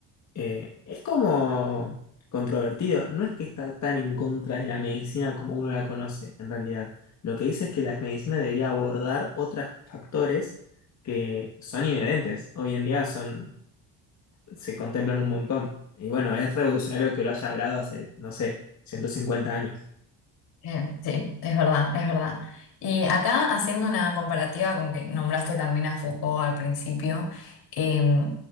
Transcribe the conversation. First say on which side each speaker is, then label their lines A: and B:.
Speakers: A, on the left; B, on the left.
A: eh, es como controvertido. No es que está tan en contra de la medicina como uno la conoce, en realidad. Lo que dice es que la medicina debería abordar otros factores que son inherentes. Hoy en día son, se contemplan un montón. Y bueno, es revolucionario que lo haya hablado hace, no sé, ciento cincuenta años.
B: Eh, sí, es verdad, es verdad. Y acá haciendo una comparativa con que nombraste también a Foucault al principio, eh,